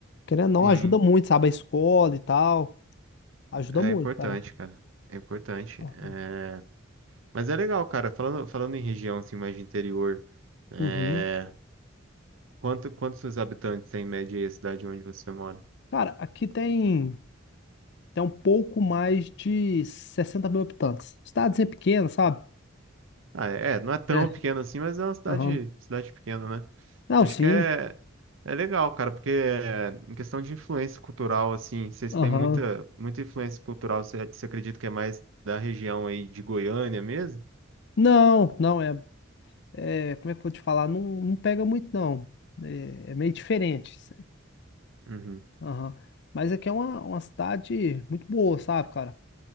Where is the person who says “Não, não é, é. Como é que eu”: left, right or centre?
Left